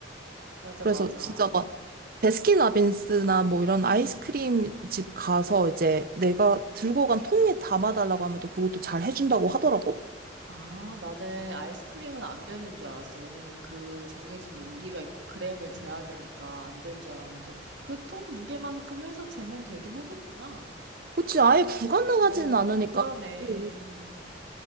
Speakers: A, on the right (about 85°); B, on the right (about 50°).
A: 맞아,
B: 그래서
A: 맞아.
B: 진짜 막 배스킨라빈스나 뭐 이런 아이스크림 집 가서 이제 내가 들고 간 통에 담아달라고 하면 또 그것도 잘 해준다고 하더라고.
A: 아, 나는 아이스크림은 안 되는 줄 알았어. 왜냐면 그 정해진 용기가 있고 그램을 재야 되니까 안 되는 줄 알았는데 그 통 무게만큼 해서 재면 되긴 하겠구나.
B: 그치, 아예 불가능하진
A: 어,
B: 않으니까.
A: 그러네.
B: 어, 어.
A: 음,